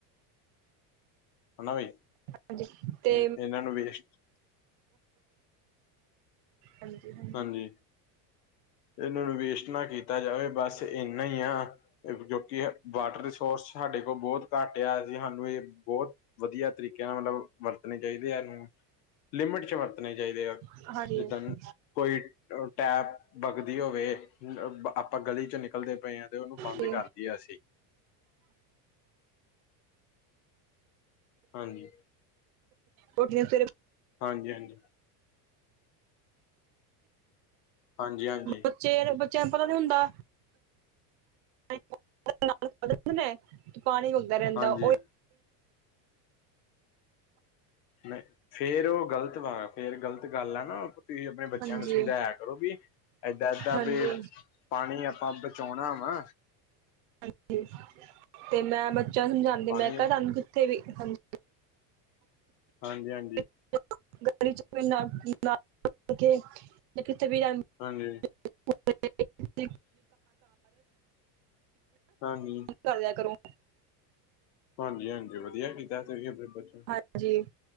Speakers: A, on the left; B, on the right.
A: ਹਨਾ ਬੀ,
B: ਹਾਂਜੀ ਤੇ
A: ਏ ਏਨਾਂ ਨੂੰ ਵੇਸਟ
B: ਹਾਂਜੀ ਹਾਂ।
A: ਹਾਂਜੀ, ਏਨਾਂ ਨੂੰ ਵੇਸਟ ਨਾ ਕੀਤਾ ਜਾਵੇ ਬਸ ਇੰਨਾ ਈ ਆ। ਕਿਓਂਕੇ ਏ ਵਾਟਰ ਰਿਸੋਰਸ ਸਾਡੇ ਕੋ ਬੋਤ ਘੱਟ ਐ ਆ ਤੇ ਸਾਨੂੰ ਏ ਬੋਤ ਵਦੀਆ ਤਰੀਕੇਆਂ ਨਾਲ ਮਤਲਬ ਵਰਤਣੇ ਚਾਈਦੇ ਐ ਏਨੂੰ। ਲਿਮਿਟ ਚ ਵਰਤਣੇ ਚਾਈਦੇ ਆ,
B: ਹਾਂਜੀ
A: ਜਿੱਦਾਂ
B: ਹਾਂਜੀ
A: ਕੋਈ ਅ ਟੈਪ ਬਗਦੀ ਹੋਵੇ ਆਪਾਂ ਗਲੀ ਚ ਨਿਕਲਦੇ ਪਏ ਆਂ ਤੇ ਓਨੂੰ ਬੰਦ
B: ਤੇ
A: ਕਰਦੀ ਐ ਅਸੀਂ। ਹਾਂਜੀ।
B: ਓ ਫੇਰ <unintelligible>
A: ਹਾਂਜੀ-ਹਾਂਜੀ। ਹਾਂਜੀ ਹਾਂਜੀ
B: ਬੱਚੇ, ਬੱਚੇਆਂ ਨੂੰ ਪਤਾ ਨੀ ਹੁੰਦਾ। <unintelligible> ਤੇ ਪਾਣੀ ਡੁਲਦਾ ਰੈਂਦਾ
A: ਹਾਂਜੀ
B: ਓ
A: ਮੈਂ ਫੇਰ ਓ ਗਲਤ ਵਾ ਫੇਰ ਗਲਤ ਗੱਲ ਆ ਨਾ ਤੁਸੀਂ ਆਪਣੇ ਬੱਚੇਆਂ
B: ਹਾਂਜੀ
A: ਨੂੰ ਸਮਜਾਇਆ ਕਰੋ ਵੀ ਏਦਾਂ-ਏਦਾਂ
B: ਹਾਂਜੀ
A: ਵੀ, ਪਾਣੀ ਆਪਾਂ ਬਚੋਣਾ ਵਾ।
B: ਹਾਂਜੀ ਤੇ ਮੈਂ ਬੱਚੇਆਂ ਨੂੰ ਸਮਜਾਂਦੀ
A: ਪਾਣੀ
B: ਮੈਂ ਕਿਆ ਸਾਨੂੰ ਕਿੱਥੇ ਵੀ ਹਾਂਜੀ
A: ਹਾਂਜੀ-ਹਾਂਜੀ।
B: <unintelligible> ਗਲੀ ਚ ਕੋਈ <unintelligible> ਯਾਂ ਕਿੱਥੇ ਵੀ ਜਾਂ
A: ਹਾਂਜੀ।
B: <inaudible>
A: ਹਾਂਜੀ
B: ਕਰ ਦੇਆ ਕਰੂੰ।
A: ਹਾਂਜੀ-ਹਾਂਜੀ ਵਦੀਆ ਕੀਤਾ, ਤੁਸੀਂ ਆਪਣੇ ਬੱਚੇਆਂ ਨੂੰ
B: ਹਾਂਜੀ